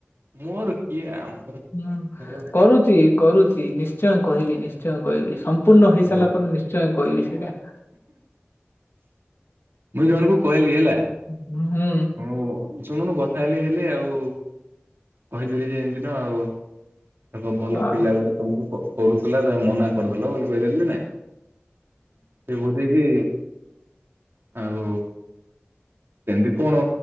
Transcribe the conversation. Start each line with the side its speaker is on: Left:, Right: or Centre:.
Right: ମୋର କିଏ ଆମର
Left: ହୁଁ
Right: କିରେ ଭାଇ
Left: କରୁଛି। କରୁଛି ନିଶ୍ଚୟ କହିବି ନିଶ୍ଚୟ କହିବି। ସ ପୂର୍ଣ୍ଣ ହେଇସାରିଲା
Right: କହ
Left: ପରେ ନିଶ୍ଚୟ କହିବି ସେଇଟା।
Right: ମୁଇଁ ଜଣଙ୍କୁ କହିଲି ହେଲା।
Left: ହୁଁ ହୁଁ।
Right: ମୁଁ ଶୁଣୁନୁ କଥା ହେଲି ହେଲି ଆଉ କହିଦେଲି ଯେ ଏମିତି ତ ଆଉ। ତାକ ଭଲ
Left: ଅ
Right: ପିଲା ଗୋଟେ ତମୁକୁ ପଚିରୁଥୁଲା ତମେ ମନା କରିଦେଲ ବୋଲି କହିଦେଲି କି ନାଇଁ? ସେ କୋହୁଚି କି ଆଉ ସେମତି କଣ